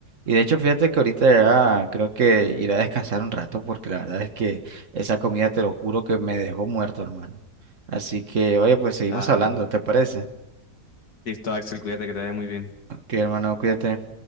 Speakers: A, on the right; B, on the left.
A: Y de hecho, fíjate que ahorita ya creo que iré a descansar un rato, porque la verdad es que esa comida, te lo juro, que me dejó muerto, hermano. Así que, oye, pues seguimos
B: Ah,
A: hablando, ¿te parece?
B: listo, Axel, cuídate que te vaya muy bien.
A: Ok, hermano, cuídate.